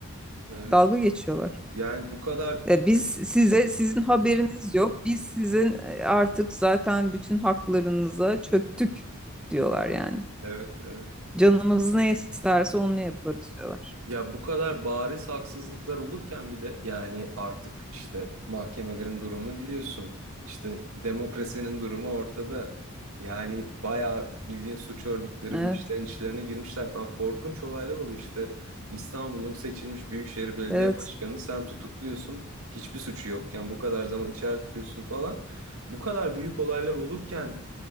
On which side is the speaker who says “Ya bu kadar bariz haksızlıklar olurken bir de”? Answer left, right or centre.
Right